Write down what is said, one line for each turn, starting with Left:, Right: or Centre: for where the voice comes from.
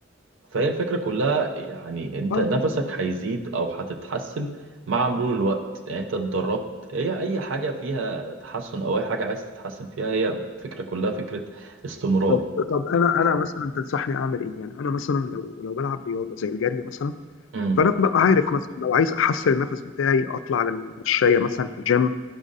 Right: فهي الفكرة كلها يعني انت
Left: آه،
Right: نفسك هيزيد او هتتحسن مع مرور الوقت يعني انت اتدربت هي اي حاجة فيها تحسن او اي حاجة عايز تتحسن فيها هي الفكرة كلها فكرة استمرار
Left: طب طب انا انا مثلا تنصحني اعمل ايه يعني انا مثلا لو لو بلعب رياضه زي الجري مثلا
Right: امم
Left: فانا ببقى عارف مثلا لو عايز احسن النفس بتاعي اطلع على المشايه مثلا في الجيم